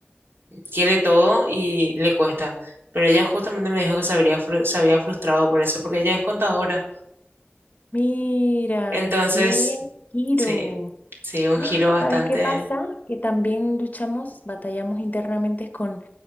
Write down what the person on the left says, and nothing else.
Mira,
qué giro.
<gasps>
¡Ah!
¿Sabes qué pasa? Que también luchamos, batallamos internamente con